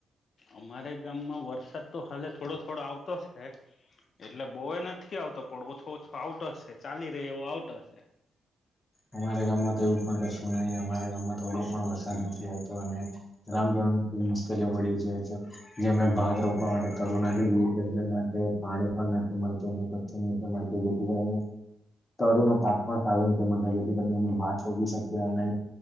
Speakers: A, on the left (about 50°); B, on the left (about 25°).
A: અમારે ગામમાં વરસાદ તો હાલે થોડો થોડો આવતોશે એટલે બોવે નથી આવતો પણ ઓછો ઓછો આવતો શે ચાલી રે એવો આવતો શે
B: અમારા ગામમાં તો એવું પણ કશું નહી અમારા ગામમાં થોડો પણ વરસાદ નથી આવતો અને ગામજનો મુશ્કેલીઓ પડી છે જે જેમને ભાત રોપવા માટે કરુ ને માટે પાણી પણ નથી મળતું કું નથી મળતું જેથી કરીને તરુ નો પાક પણ સારો નથી મળતો જેથી કરીને અમે ભાત રોપી શકીએ અને